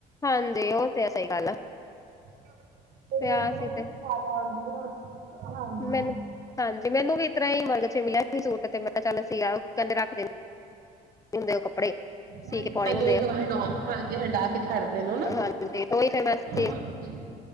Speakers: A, on the left; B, on the right.
A: ਹਾਂਜੀ ਓ ਤੇ ਸਈ ਗੱਲ ਆ
B: ਜਾਂਦੀ ਮੈ ਤੇ ਉੱਥੇ
A: ਪਿਆ
B: ਲੈ
A: ਸੀ ਤੇ
B: ਆਂਦੀ ਆ। ਹਾਂਜੀ
A: ਮੈਨੂੰ ਹਾਂਜੀ ਮੈਨੂੰ ਵੀ ਈਸ ਤਰ੍ਹਾਂ ਹੀ ਮਰਗ ਚ ਮਿਲਿਆ ਸੀ ਸੂਟ ਤੇ ਮੈਂ ਕਿਆ ਚੱਲ ਸੀਆ ਕੈਂਦੇ ਰੱਖਦੇ ਹੁੰਦੇ ਕੱਪੜੇ
B: ਹ
A: ਸੀ ਕੇ ਪਾਉਣੇ
B: ਹਾਂਜੀ,
A: ਹੁੰਦੇ ਆ
B: ਓ ਹੰਡਾ ਹਾਂਜੀ ਹੰਡਾ ਕੇ ਛਡਦੇ ਨੇ ਨਾ
A: ਹਾਂਜੀ ਤੇ ਉਹੀ ਫਿਰ ਮੈਂ ਸੀਨ
B: ਹਾਜੀਂ।